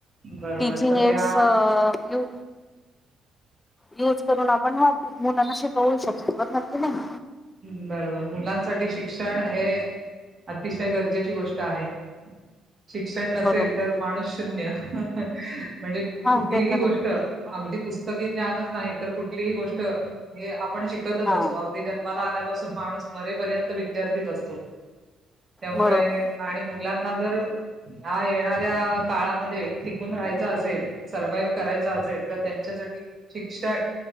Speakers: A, on the right; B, on the left.
A: बरोबर
B: टीचिंग
A: सध्या
B: एडस यू यूज करून आपण वा मुलांना शिकवू शकतो बरोबर की नाही.
A: हम्म बरोबर मुलांसाठी शिक्षण हे अतिशय गरजेची गोष्ट आहे. शिक्षण नसेल
B: बरोबर.
A: तर माणूस शून्य. ह हा म्हणजे
B: हा
A: कुठलीही
B: ते तर
A: गोष्ट
B: नाही
A: अगदी पुस्तक त की ज्ञानच नाही तर कुठलीही गोष्ट हे पण शिकतच
B: हा
A: असो अगदी त्यां आल्यापासून माणूस मरेपर्यंत विद्यार्थीच असतो. त्यामुळे
B: बरोबर
A: आणि यांना जर ह्या येणाऱ्या काळामध्ये टिकून राहायचं असेल सर्वाइव्ह करायच असेल तर त्यांच्यासाठी शिक्षण